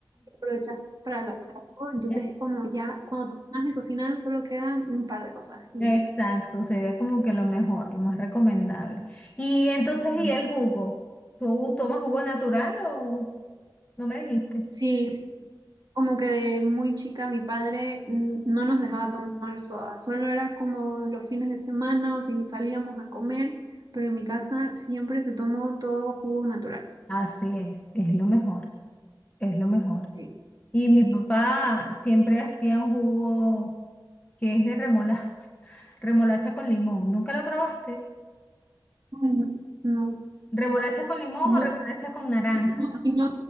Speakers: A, on the right; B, on the left.
A: aprovechas para lavar algo. Entonces
B: ujú.
A: es como ya cuando terminas de cocinar solo quedan un par de cosas y
B: Exacto,
A: ya.
B: sería como que lo mejor, lo más recomendable. Y entonces,
A: Mm.
B: ¿y el jugo? ¿Tú tomas jugo natural o no me dijiste?
A: Sí, Como que de muy chica mi padre mm, no nos dejaba tomar soda, solo era como los fines de semana o si salíamos a comer, pero en mi casa siempre se tomó todo jugo natural.
B: Así es, es lo mejor, es lo mejor.
A: Sí.
B: Y mi papá siempre hacía un jugo que es de remolacha, remolacha con limón. ¿Nunca lo probaste?
A: Ay, No,
B: ¿Remolacha con limón
A: no,
B: o remolacha con naranja?
A: no, y no,